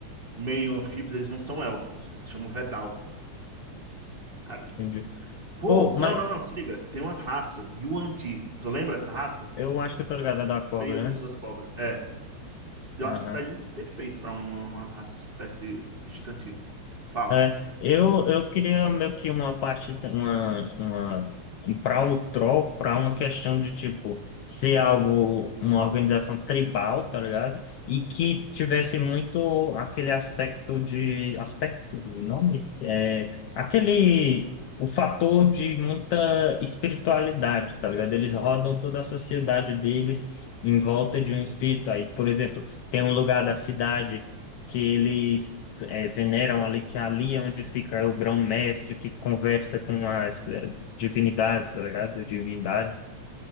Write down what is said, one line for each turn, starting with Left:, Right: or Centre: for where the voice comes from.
Right: meio anfíbios, eles não são elfos. Eles se chamam Vedalken. Cadê?
Left: entendi.
Right: Pô,
Left: Pô,
Right: não,
Left: mas
Right: não, não, se liga. Tem uma raça, Yuan-Ti. Tu lembra dessa raça?
Left: eu acho que eu tô ligado é da cobra,
Right: Meio pessoas
Left: né?
Right: cobra. É. Eu
Left: Aham.
Right: acho que estaria perfeito pra uma, uma raça, espécie gigantil. Fala.
Left: É, eu, eu queria meio que uma parte, t- uma, uma, para o troll, para uma questão de tipo, ser algo, uma organização tribal, tá ligado? E que tivesse muito aquele aspecto de, aspecto do nome, é, aquele, o fator de muita espiritualidade, tá ligado? Eles rodam toda a sociedade deles em volta de um espírito. Aí, por exemplo, tem um lugar da cidade que eles eh, veneram ali, que ali é onde fica o grão-mestre que conversa com as eh, divinidades, tá ligado? Divindades.